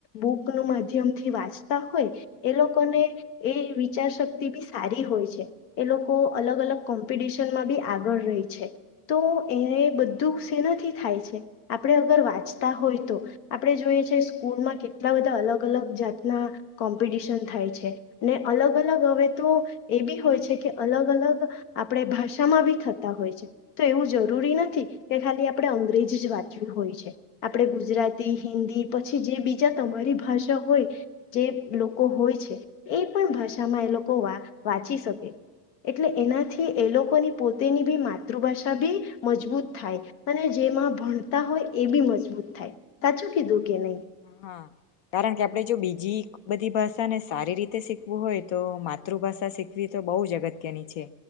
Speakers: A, on the left; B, on the left.
A: બુકનું માધ્યમથી વાંચતા હોય એ લોકોને એ વિચાર શક્તિ બી સારી હોય છે. એ લોકો અલગ-અલગ કોમ્પિટિશનમાં બી આગળ રેય છે તો એને બધું શેનાથી થાય છે આપણે અગર વાંચતા હોય તો આપણે જોઈએ છે સ્કૂલમાં કેટલા બધાં અલગ-અલગ જાતનાં કોમ્પિટિશન થાય છે ને અલગ-અલગ હવે તો એ બી હોય છે. કે અલગ-અલગ આપણે ભાષામાં બી થતા હોય છે તો એવું જરૂરી નથી કે ખાલી આપણે અંગ્રેજી જ વાંચવી હોય છે, આપણે ગુજરાતી, હિન્દી પછી જે બીજા તમારી ભાષા હોય જે લોકો હોય છે એ પણ ભાષામાં એ લોકો વા વાંચી શકે. એટલે એનાથી એ લોકોની પોતેની બી માતૃભાષા બી મજબૂત થાય અને જેમાં ભણતાં હોય એ બી મજબૂત થાય, સાચું કીધું કે નહીં?
B: હા, કારણ કે આપણે જો બીજી બધી ભાષાને સારી રીતે શીખવું હોય તો માતૃભાષા શીખવી તો બહુ જ અગત્યની છે